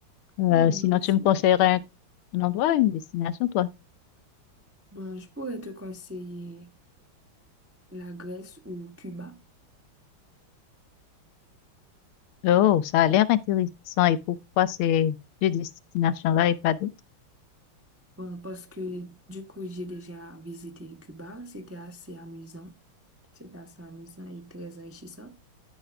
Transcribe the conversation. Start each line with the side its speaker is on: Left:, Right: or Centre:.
Left: Euh,
Right: Oui,
Left: sinon,
Right: moi aussi.
Left: tu me conseillerais un, un endroit, une destination, toi?
Right: Bon, je pourrais te conseiller la Grèce ou Cuba.
Left: Oh, ça a l'air intéressant. Et pourquoi ces deux destinations-là et pas d'autres?
Right: Bon, parce que du coup, j'ai déjà visité Cuba. C'était assez amusant. C'était assez amusant et très enrichissant.